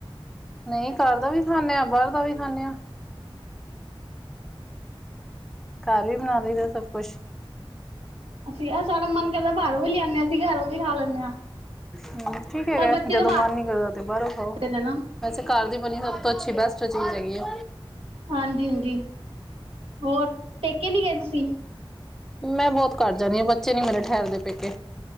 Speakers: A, in the centre; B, on the right.
A: ਨਈ ਘਰ ਦਾ ਵੀ ਖਾਂਨੇ ਆਂ, ਬਾਹਰ ਦਾ ਵੀ ਖਾਂਨੇ ਆ। ਘਰ ਈ ਬਣਾ ਲਈ ਦਾ ਸਭ ਕੁਛ?
B: ਅਸੀਂ ਆਹ ਸਾਡਾ ਮਨ ਕਰਦਾ ਬਾਹਰੋਂ ਵੀ ਲਿਆਉਨੇ ਆ, ਅਸੀਂ ਘਰੋਂ ਵੀ ਖਾ ਲੈਂਨੇ ਆ।
A: ਹਮ। ਠੀਕ ਹੈਗਾ,
B: ਪਰ ਬੱਚੇ
A: ਜਦੋਂ
B: ਤਾਂ ਬਾਹਰ
A: ਮਨ ਨੀ ਕਰਦਾ ਤੇ ਬਾਹਰੋਂ ਖਾਓ।
B: ਨੇ ਨਾ
A: ਵੈਸੇ ਘਰ ਦੀ ਬਣੀ ਸਭ ਤੋਂ ਅੱਛੀ ਬੈਸਟ ਚੀਜ਼ ਹੈਗੀ ਐਂ।
B: ਹਾਂਜੀ-ਹਾਂਜੀ। ਹੋਰ ਪੇਕੇ ਨੀ ਗਏ ਤੁਸੀਂ?
A: ਮੈਂ ਬਹੁਤ ਘੱਟ ਜਾਂਨੀ ਆ, ਬੱਚੇ ਨੀ ਮੇਰੇ ਠਹਿਰਦੇ ਪੇਕੇ।